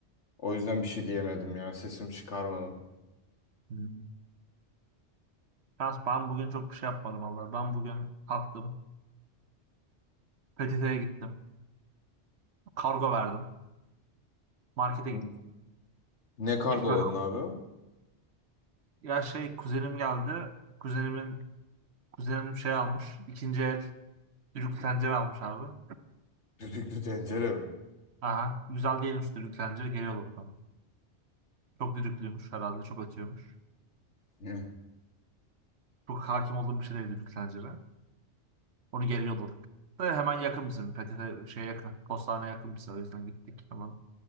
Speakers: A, on the left; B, on the right.
A: O yüzden bir şey diyemedim ya sesimi çıkarmadım.
B: Hmm. Şans, ben bugün çok bir şey yapmadım vallahi. Ben bugün kalktım. PTT'ye gittim. Kargo verdim. Markete
A: N-
B: gittim.
A: Ne kargoladın
B: Ekmek aldım.
A: abi?
B: Ya şey, kuzenim geldi. Kuzenimin, kuzenim şey almış. İkinci el düdüklü tencere almış abi.
A: <laughs> Düdüklü tencere mi?
B: Aha. Güzel değilmiş düdüklü tencere. Geliyordu bana. Çok düdüklüymüş herhalde. Çok ötüyormuş.
A: <laughs>
B: Çok hakim olduğum bir şey değil düdüklü tencere. Onu geri yolladık. Da hemen yakın bizim. PTT şeye yakın. Postaneye yakın bize. O yüzden gittik. Hemen